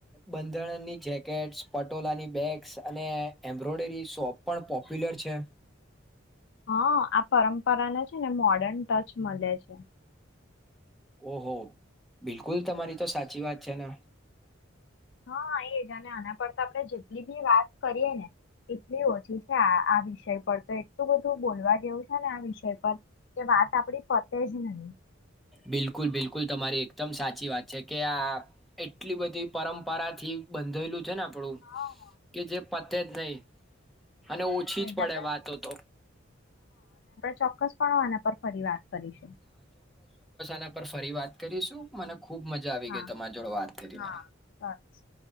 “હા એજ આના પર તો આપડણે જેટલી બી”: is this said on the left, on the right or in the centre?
Left